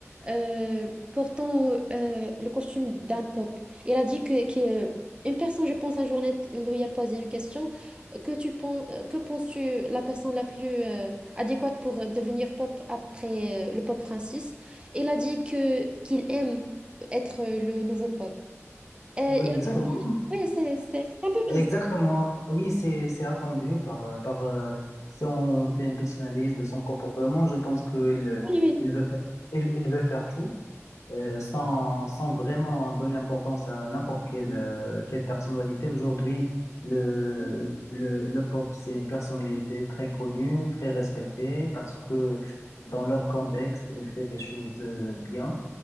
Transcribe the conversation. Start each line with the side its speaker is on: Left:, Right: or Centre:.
Right: euh, portant euh, le costume d'un pape. Et Elle a dit que, que euh, une personne, je pense, un journal lui a posé une question. Que tu penses, que penses-tu la personne la plus euh, adéquate pour euh, devenir pape après euh, le pape Francis? Elle a dit que qu'il aime être euh, le nouveau pape. Euh,
Left: Oui,
Right: il a
Left: exactement.
Right: publié- oui, c'est c'est- c'est un peu bizarre.
Left: Exactement. Oui, c'est c'est attendu par euh, par euh, si on fait une petite analyse de son comportement, je pense qu'il
Right: Oui, oui,
Left: il veut faire il, il veut faire tout euh, sans, sans vraiment donner importance à n'importe quelle, euh, quelle personnalité. Aujourd'hui, le, le, le pop, c'est une personnalité très connue, très respectée, parce que dans leur contexte, il fait des choses euh, bien.